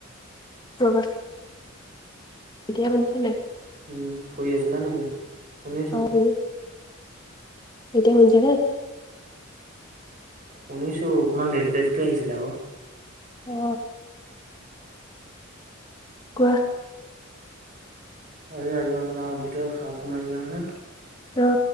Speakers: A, on the left; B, on the right.
A: ৰবা এতিয়া শুনিছে নাই?
B: উম শুই আছিলা নেকি? শুনিছোঁ
A: অহ বে। এতিয়া শুনিছা নাই?
B: শুনিছো অকমান লেট লেটকে আহিছিলে আক
A: অ। কোৱা
B: <unintelligible> ভিতৰত সাপ সোমাইছিলে নহয়।
A: ৰ